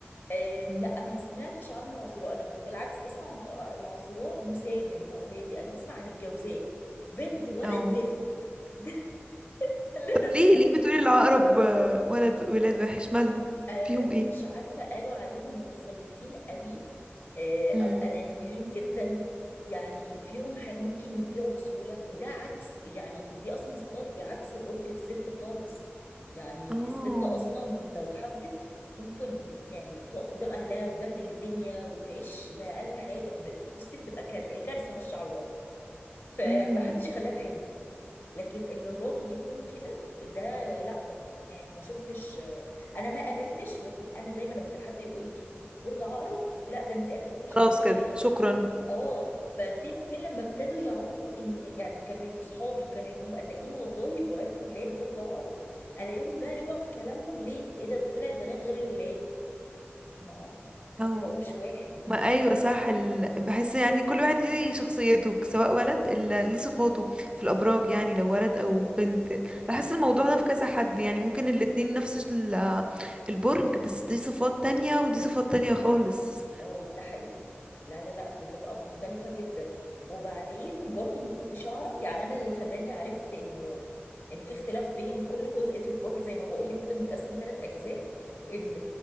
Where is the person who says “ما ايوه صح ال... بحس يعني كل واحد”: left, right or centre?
Right